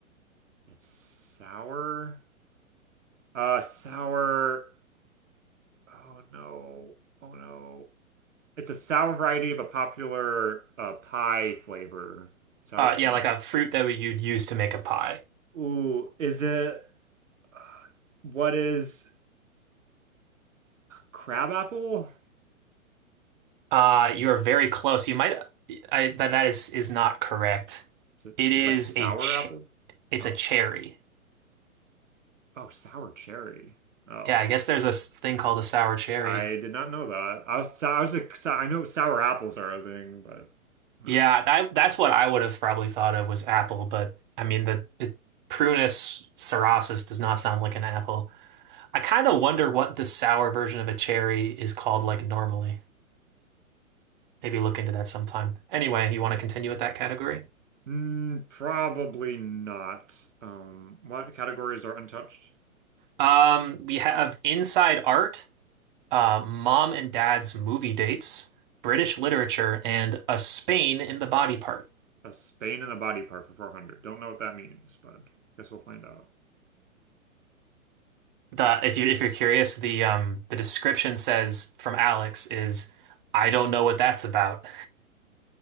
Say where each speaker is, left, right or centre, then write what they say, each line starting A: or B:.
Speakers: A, on the right (about 60°); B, on the right (about 35°).
A: It's sour. Uh, sour. Oh no. Oh no. It's a sour variety of a popular uh, pie flavor. Is that
B: Uh,
A: what it's
B: yeah,
A: saying?
B: like a fruit that we, you'd use to make a pie.
A: Ooh, is it? uh, What is? crab apple
B: Uh, you are very close. You might, I, that that is is not correct.
A: is it,
B: It is
A: is it like sour
B: a ch
A: apple?
B: it's
A: Oh,
B: a cherry.
A: oh, sour cherry. Oh,
B: Yeah, I guess there's a s- thing called a sour cherry.
A: I did not know that. I was, so, I was like, so, I know sour apples are a thing, but
B: Yeah,
A: uh,
B: that that's what I would have probably thought of was apple, but I mean the, the Prunus cerasus does not sound like an apple. I kind of wonder what the sour version of a cherry is called like normally. Maybe look into that sometime. Anyway, you want to continue with that category?
A: <laughs> mm, probably not. Um, what categories are untouched?
B: Um, we have Inside Art, uh, Mom and Dad's Movie Dates, British Literature, and A Spain in the Body Part.
A: A Spain and a body part for 400. Don't know what that means, but guess we'll find out.
B: The if you if you're curious, the um the description says from Alex is, I don't know what that's about.